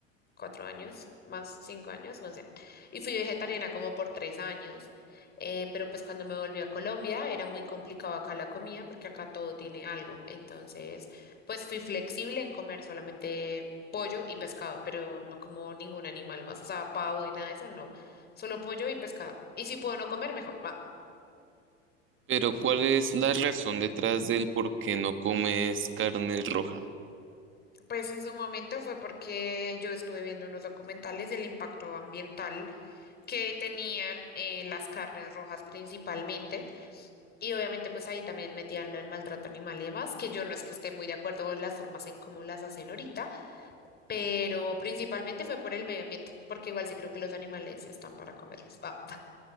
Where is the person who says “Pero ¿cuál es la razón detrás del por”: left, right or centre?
Right